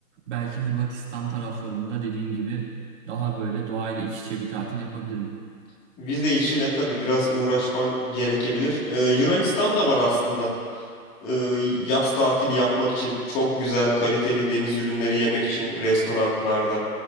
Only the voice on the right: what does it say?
belki Hırvatistan taraflarında dediğin gibi daha böyle doğayla iç içe bir tatil yapabilirim.